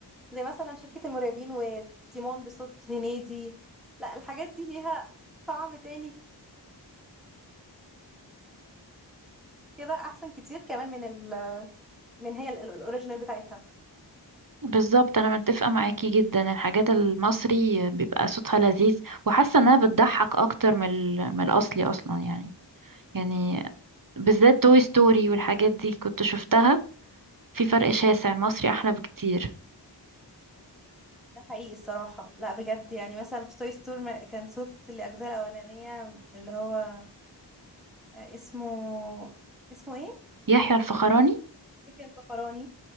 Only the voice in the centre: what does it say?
زي مثلا شركة المرعبين وتيمون بصوت هنيدي لا الحاجات دي ليها طعم تاني كده أحسن كتير كمان من ال... من هي ال- ال- الأوريجينال بتاعتها
ده حقيقي الصراحة لا بجد يعني مثلا في توي ستور كان صوت الأجزاء الأولانية اللي هو آه، اسمه اسمه ايه؟
إيه الفخراني